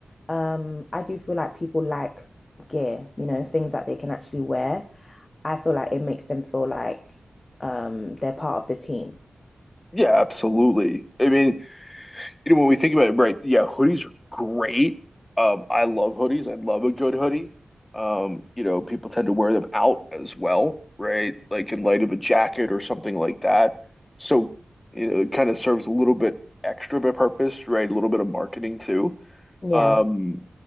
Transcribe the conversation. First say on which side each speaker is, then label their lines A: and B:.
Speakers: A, on the left; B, on the left.
A: Um, I do feel like people like gear, you know, things that they can actually wear. I feel like it makes them feel like um they're part of the team.
B: Yeah, absolutely. I mean. You know, when we think about it, right? Yeah, hoodies are great. Um, I love hoodies. I love a good hoodie. Um, you know, people tend to wear them out as well, right? Like in light of a jacket or something like that. So, you know, it kind of serves a little bit extra of a purpose, right? A little bit of marketing too.
A: Yeah.
B: Um,